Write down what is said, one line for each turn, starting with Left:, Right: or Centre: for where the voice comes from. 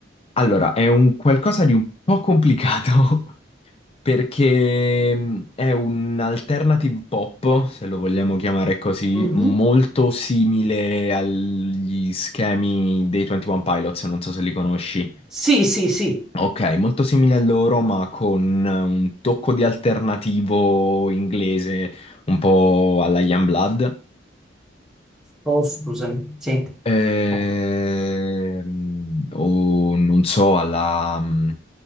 Left: Allora, è un qualcosa di un po' complicato <laughs> perché mm, è un alternative pop, se lo vogliamo chiamare così,
Centre: Mhm.
Left: molto simile agli schemi dei 21 Pilots, non so se li conosci.
Centre: Sì, sì, sì.
Left: Ok, molto simile a loro, ma con un tocco di alternativo inglese, un po' alla Youngblood.
Centre: Oh, scusami, sì.
Left: Ehm,
Centre: Ecco.
Left: o non so, alla, mm,